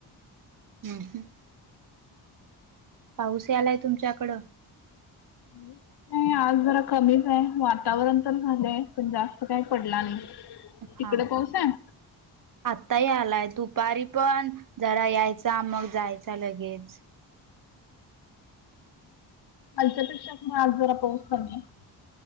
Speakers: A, on the right (about 45°); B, on the left (about 55°).
A: हम्म. पाऊस यालाय तुमच्याकडं?
B: हम् नाही आज जरा कमीच आहे. वातावरण तर झालंय, पण जास्त काही पडला नाही. तिकडे
A: हा हा,
B: पाऊस आहे?
A: आताही आलाय. दुपारी पण जरा यायचा, मग जायचा, लगेच.
B: कालच्यापेक्षा आज जरा पाऊस कमी आहे.